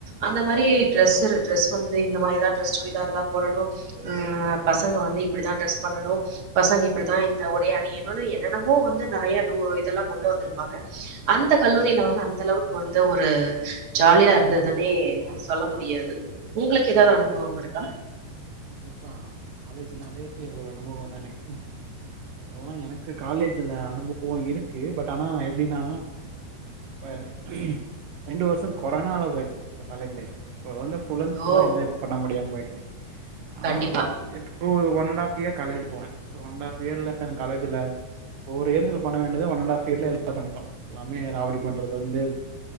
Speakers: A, on the right (about 45°); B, on the right (about 80°).
A: அந்த மாறி டிரெஸு டிரெஸ் வந்து இந்த மாறிதா டிரெஸ் சுடிதார்தா போடணு பசங்க வந்து இப்டிதா டிரெஸ் பண்ணணு பசங்க இப்டிதா இந்த உடைய அணியனூனு என்னென்னமோ வந்து நெறய இதெல்லா கொண்டு வந்திருக் அந்த கல்லூரில வந்து அந்த அளவுக் வந்து ஒரு ஜாலியாருந்துதுன்னே சொல்ல முடியாது உங்ளுக்கு ஏதாவ்து அனுபவம் இருக்கா
B: கண்டிப்பா காலேஜினாலே ஏ இவ்ளோ நம்மோ நா னு உஹ் ஹு போனா எனக்கு காலேஜில அனுபவோ இருக்கூ பட் ஆனா எப்டினா ஃபடு ரெண்டு வருஷோ கொரனால போய்ச் இந்த காலேஜ் லைஃப் சோ வந்து ஃபுல் அன் ஃபுல்லா
A: ஓ
B: என்ஜாய் பண்ண முடியாம போய் சி
A: கண்டிப்பா
B: ஆ ஒரு one and half year college போனே சோ ஒன் அண்ட் ஆஃப் இயர்ல காலேஜில ஃபோர் இயர்ஸ்ல பண்ண வேண்டியத ஒன் அண்ட் ஆஃப் இயர்ல பண்ட்டோ எல்லாமே ராவடி பண்றது வந்து